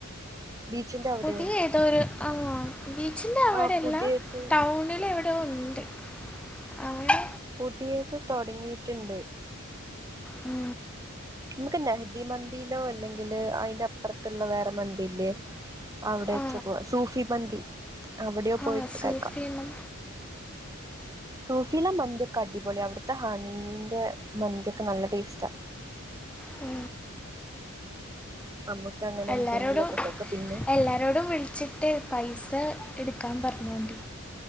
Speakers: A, on the right; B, in the centre.
A: ബീച്ചിന്റെ അവിടെയോ
B: പുതിയ ഏതോര് ആഹ് ബീച്ചിന്റെ അവടെല്ല
A: ആ പുതിയത്
B: ടൗണിലെവ യോ ഉണ്ട് അങ്ങനെ
A: പുതിയത് തൊടങ്ങീട്ട്ണ്ട്.
B: മ്
A: നമ്മക്ക് നെഹ്ദി മന്തിയിലോ അല്ലെങ്കില് അയിന്റെ അപ്പർത്ത്ള്ള വേറെ മന്തില്ലേ? അവിടേച്ച
B: ആ
A: പോവാ സൂഫി മന്തി. അവടെയോ പോയിട്ട്
B: ആ സൂഫിയണം
A: കയിക്കാം. സൂഫീലെ മന്ത്യോക്കെ അടിപൊള്യ. അവ്ട്ത്തെ ഹണീന്റെ മന്ത്യോക്കെ നല്ല ടേസ്റ്റാ.
B: മ്
A: നമുക്ക് അങ്ങനെ
B: എല്ലാരോടും
A: എന്തെങ്കിലുമൊക്കെ കഴിക്കാം പിന്നെ
B: എല്ലാരോടും വിള്ച്ച്ട്ട് പൈസ എട്ക്കാം പറഞ്ഞോണ്ട്